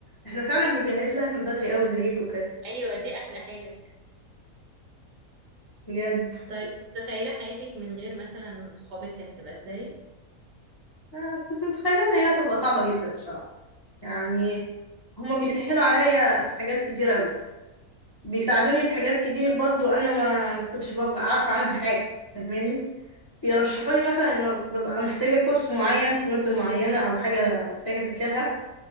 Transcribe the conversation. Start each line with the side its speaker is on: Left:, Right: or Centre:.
Left: احنا فعلا بنجهز لها من بدري قوي زيكم كده
Right: ايوه دي احلى حاجه
Left: بجد
Right: طيب متخيله حياتك من غير مثلا صحابك كانت هتبقى ازاي
Left: آه، كنت متخيلة ان هي هتبقى صعبة جدا بصراحة يعني هما بيسهلوا عليا في حاجات كتير قوي بيساعدوني في حاجات كتير برضو انا ما كنتش ببقى عارفة عنها حاجة فاهماني بيرشحوا لي مثلا لما ببقى محتاجة كورس معين في مادة معينة او حاجة محتاجة اذاكرها